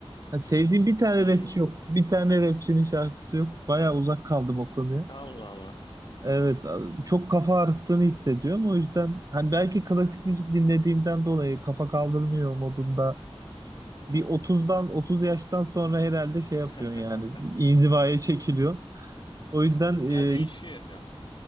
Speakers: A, on the right; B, on the left.
A: Ha, sevdiğim bir tane
B: Hı.
A: rapçi yok. Bir tane rapçinin şarkısı yok. Baya uzak kaldım o konuya.
B: Allah Allah.
A: Evet, a- çok kafa ağrıttığını hissediyorum. O yüzden hani belki klasik müzik dinlediğimden dolayı kafa kaldırmıyor modunda bir otuzdan 30 yaştan sonra herhalde şey yapıyorsun
B: <laughs>
A: yani inzivaya çekiliyorsun. O yüzden
B: Ya
A: e,
B: değişiyor.
A: hiç-